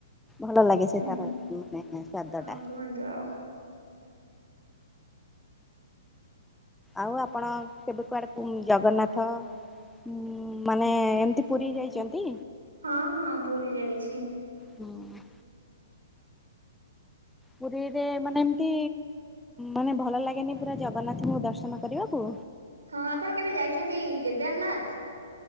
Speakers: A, in the centre; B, on the right.
A: ଭଲ ଲାଗେ ସେ
B: ହୁଁ
A: ତାର ମାନେ ସ୍ଵାଦ
B: ହଁ
A: ଟା।
B: କୁହନ୍ତୁ ଆଉ।
A: ଆଉ ଆପଣ କେବେ କୁଆଡ଼େକୁ ଜଗନ୍ନାଥ? ହୁଁ ମାନେ ଏମତି ପୁରୀ ଯାଇଚନ୍ତି?
B: ହଁ ହଁ ପୁରୀ ଯାଇଛି।
A: ହଁ ଅଁ। ପୁରୀରେ ମାନେ ଏମତି, ମାନେ ଭଲ ଲାଗେନି ପୁରା ଜଗନ୍ନାଥଙ୍କୁ ଦର୍ଶନ କରିବାକୁ?
B: ହଁ ଆପଣ କେବେ ଯାଇଛନ୍ତି କେଦାରନାଥ?